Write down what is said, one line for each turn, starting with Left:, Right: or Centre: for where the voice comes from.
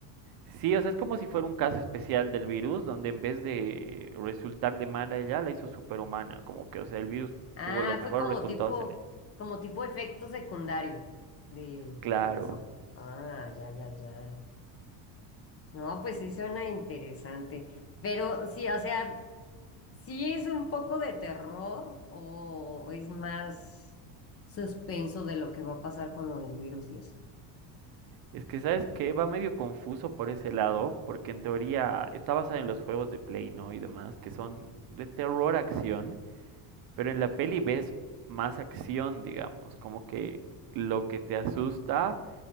Right: Sí, o sea, es como si fuera un caso especial del virus, donde en vez de resultarle mala a ella, la hizo superhumana. Como que, o sea, el virus
Left: Ah,
Right: tuvo los mejores
Left: fue como
Right: resultados
Left: tipo,
Right: en él.
Left: como tipo efecto secundario de,
Right: Claro.
Left: de eso. Ah, ya, ya, ya. No, pues sí suena interesante. Pero sí, o sea, sí es un poco de terror o es más suspenso de lo que va a pasar con lo del virus y eso.
Right: Es que, ¿sabes qué? Va medio confuso por ese lado, porque en teoría está basada en los juegos de Play, ¿no? Y demás, que son de terror acción, pero en la peli ves más acción, digamos. Como que lo que te asusta